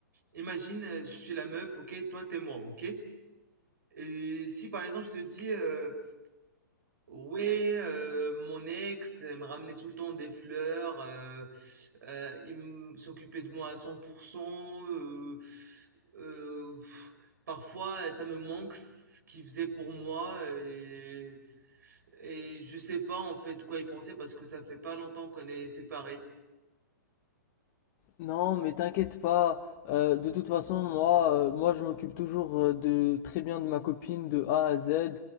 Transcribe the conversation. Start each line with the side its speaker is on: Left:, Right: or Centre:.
Right: Imagine, euh, je suis la meuf, ok? Toi, t'es moi, ok? Et si par exemple, je te dis, euh, ouais, euh, mon ex, elle me ramenait tout le temps des fleurs, euh, Euh, il m- s'occupait de moi à 100%. euh, euh, pff, parfois, ça me manque ce qu'il faisait pour moi et, et je sais pas en fait quoi il pensait parce que ça fait pas longtemps qu'on est séparés.
Left: Non, mais t'inquiète pas. euh, de toute façon, moi, euh, moi, je m'occupe toujours euh, de très bien de ma copine de A à Z.